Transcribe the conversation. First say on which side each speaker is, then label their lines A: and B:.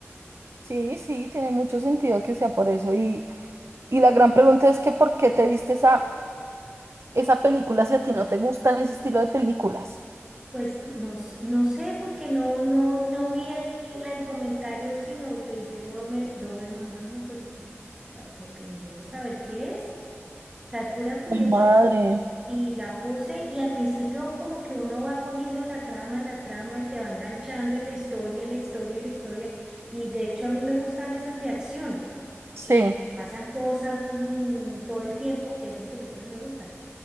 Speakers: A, on the right; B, on the right.
A: Sí, sí, tiene mucho sentido que sea por eso. Y, y la gran pregunta es que ¿por qué te viste esa, esa película si a ti no te gustan ese estilo de películas?
B: Pues no, s- no sé, porque no, no, no vi el, el comentario, sino yo dije "Dome- Doberman, bueno, pues ah, pues, primero saber qué es, o sea, de pura curiosa,
A: Mi madre.
B: y la puse, y al principio como que uno va cogiendo la trama, la trama, y te va enganchando en la historia, en la historia, en la historia, y de hecho a mí me gustan esas de acción,
A: Sí,
B: y pasan cosas mm, todo el tiempo, esas películas me gustan.